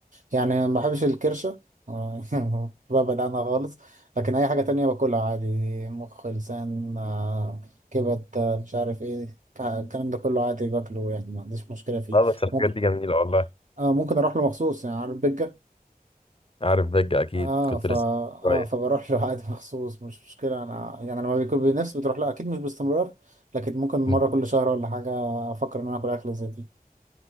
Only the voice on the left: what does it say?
لا بس الحاجات
دي جميله والله
عارف بجة أكيد
كنت
لسه
قريب
مم.